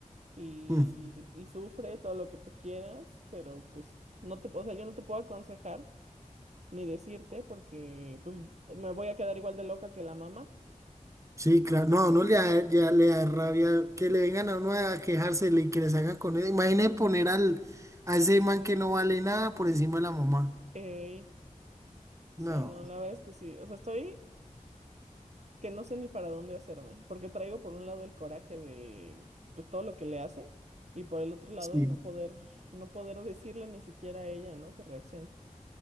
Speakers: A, on the right; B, on the right.
A: y,
B: Mm,
A: y sufre todo lo que tú quieras, pero pues no te, o sea, yo no te puedo aconsejar ni decirte porque pues me voy a quedar igual de loca que la mamá.
B: Sí, claro, no, no le da, ya le da rabia que le vengan a uno a quejarse y que les hagan con él. Imagine poner al, a ese man que no vale nada por encima de la mamá.
A: Ey, sí,
B: No,
A: no, la verdad es que sí, o sea, estoy que no sé ni para dónde hacerme, porque traigo por un lado el coraje de pues todo lo que le hace y por el otro lado
B: sí,
A: el no poder no poder decirle ni siquiera a ella, ¿no? que reaccione